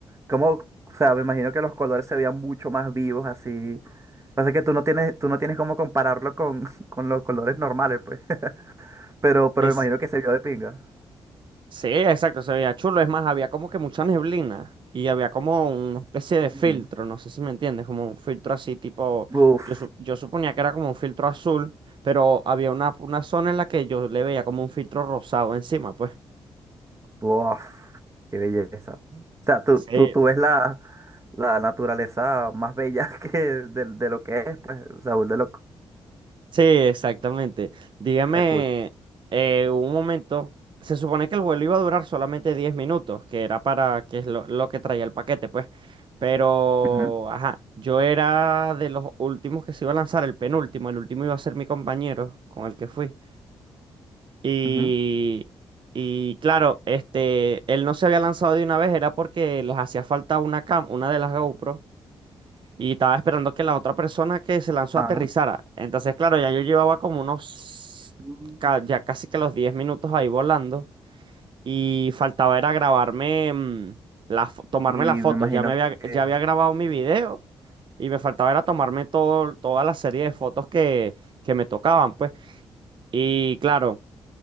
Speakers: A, on the right; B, on the right.
A: ¿cómo, o sea, me imagino que los colores se veían mucho más vivos así. Pasa que tú no tienes, tú no tienes cómo compararlo con, <laughs> con los colores normales, pues. <laughs> Pero, pero
B: Es,
A: me imagino que se vio de pinga.
B: sí, exacto, se veía chulo, es más, había como que mucha neblina y había como una especie de filtro,
A: Mm.
B: no sé si me entiendes, como un filtro así tipo,
A: Uf.
B: yo, su- yo suponía que era como un filtro azul, pero había una, una zona en la que yo le veía como un filtro rosado encima, pues.
A: Uf, qué belleza. O sea, tú,
B: Sí.
A: tú, tú ves la, la naturaleza más bella <laughs> que de, de lo que es, pues, o sea, de loco.
B: Sí, exactamente. Dígame,
A: Está cool.
B: eh, un momento. Se supone que el vuelo iba a durar solamente 10 minutos, que era para, que es lo, lo que traía el paquete, pues. Pero,
A: Ujú,
B: ajá, yo era de los últimos que se iba a lanzar, el penúltimo, el último iba a ser mi compañero con el que fui. Y,
A: ujú,
B: y claro, este, él no se había lanzado de una vez, era porque les hacía falta una cam, una de las GoPro. Y estaba esperando que la otra persona que se lanzó
A: ajá.
B: aterrizara. Entonces, claro, ya yo llevaba como unos,
A: Mm,
B: ca- ya casi que los 10 minutos ahí volando. Y faltaba era grabarme, mm, la fo- tomarme
A: Y me
B: las fotos.
A: imagino
B: Ya me había,
A: que
B: ya había grabado mi video y me faltaba era tomarme todo, toda la serie de fotos que, que me tocaban, pues. Y claro.